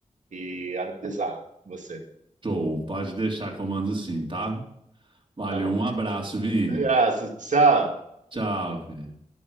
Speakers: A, on the right (about 75°); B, on the right (about 40°).
A: e analisar você.
B: Show, pode deixar que eu mando sim, tá? Valeu,
A: Tá bom.
B: um abraço, Vini.
A: Obrigado. Tchau.
B: Tchau, querido.